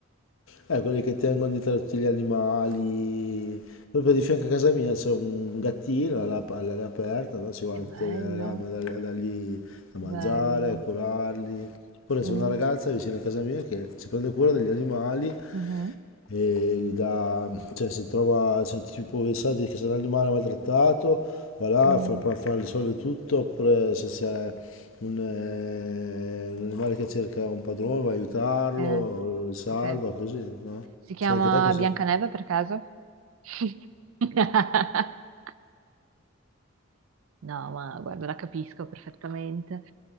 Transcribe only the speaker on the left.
Eh, quelli che tengono dietro tutti gli animali. Proprio di fianco a casa mia c'è un gattino all'aria aperta, no? Ci vanno
tutte le rame da, da lì a mangiare,
a curarli. Oppure c'è
una ragazza vicino a casa mia che si prende cura degli animali
e gli dà, cioè se trova, se tipo pensate che se un animale è maltrattato, va là,
fa, fa, fa- risolve tutto, oppure se c'è un, eh, un animale che cerca un padrone, va a aiutarlo,
lo salva,
così, no?
Fai anche te così?